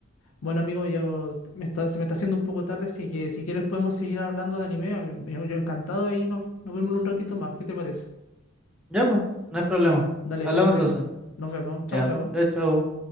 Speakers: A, on the left; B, in the centre.
A: Bueno, amigo, yo me está, se me está haciendo un poco tarde, así que si quieres podemos seguir hablando de anime. Yo yo encantado y nos, nos vemos en un ratito más. ¿Qué te parece?
B: Ya, pues, no hay problema.
A: Dale,
B: Hablamos
A: cuídate.
B: entonces.
A: ¿eh? Nos vemos. Chao,
B: Ya,
A: chao.
B: chao, chao.